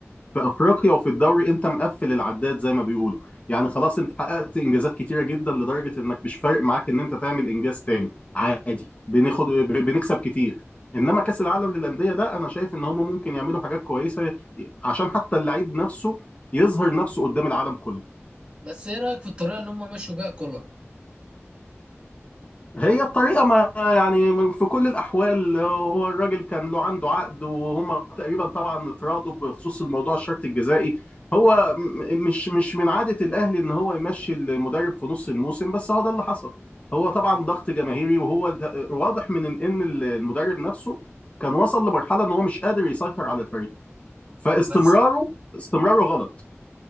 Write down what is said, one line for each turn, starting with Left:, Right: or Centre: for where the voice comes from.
Left: في افريقيا وفي الدوري انت مقفل العداد زي ما بيقولوا يعني خلاص انت حققت انجازات كتيره جدا لدرجه انك مش فارق معاك ان انت تعمل انجاز تاني عادي بناخد ب- بنكسب كتير انما كاس العالم للانديه ده انا شايف ان هم ممكن يعملوا حاجات كويسه عشان حتى اللعيب نفسه يظهر نفسه قدام العالم كله
Right: بس ايه رايك في الطريقه اللي هم مشوا بيها كولر
Left: هي الطريقة ما يعني في كل الأحوال هو الراجل كان له عنده عقد وهما تقريبا طبعا اتراضوا بخصوص الموضوع الشرط الجزائي هو م- مش مش من عادة الأهلي إن هو يمشي المدرب في نص الموسم بس هو ده اللي حصل هو طبعا ضغط جماهيري وهو ده- واضح من إن إن المدرب نفسه كان وصل لمرحلة إن هو مش قادر يسيطر على الفريق فاستمراره
Right: بس
Left: استمراره غلط